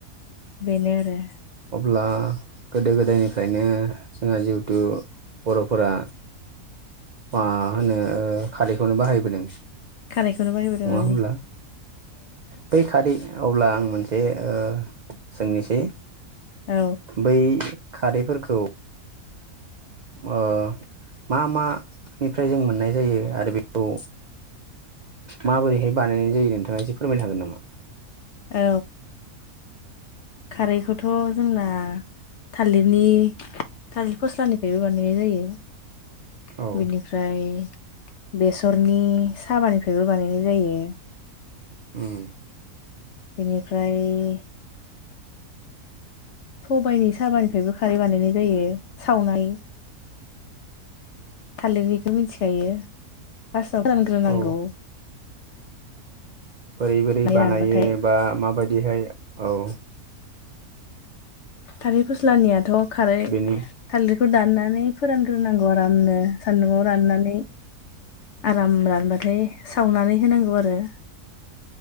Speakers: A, on the left; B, on the right.
A: बेन आरो
B: अब्ला गोदो गोदायनिफ्रायनो जोंहा जिहेथु बर'फोरा मा होनो खारैखौनो बाहायबोदों
A: खारैखौनो बाहायबोदों
B: नङा
A: औ
B: हब्ला बै खारै अब्ला आं मोनसे ओ सोंनोसै
A: औ
B: बै खारैफोरखौ ओ मा मानिफ्राय जों मोननाय जायो आरो बेखौ माबोरैहाय बानायनाय जायो नोंथाङा एसे फोरमायनो हागोन नामा
A: औ खारैखौथ' जोंना थालिरनि थालिर फस्लानिफ्रायबो बानायनाय जायो
B: औ
A: बिनिफ्राय बेसरनि साबानिफ्रायबो बानायनाय जायो
B: उम
A: बेनिफ्राय सबायाइनि साबानिफ्रायबो खारै बानायनाय जायो सावनाय थालिरनिखौ मिथिखायो फार्स्टआव फानग्रोनांगौ
B: औ बोरै बोरै बानायो
A: रानबाथाय
B: बा माबायदिहाय औ
A: थारिर फस्लानियाथ' खारै
B: बेनि
A: थालिर खौ दाननानै फोरानग्रोनांगौ आरामनो सान्दुंव राननानै आराम रानबाथाय सावनानै होनांगौ आरो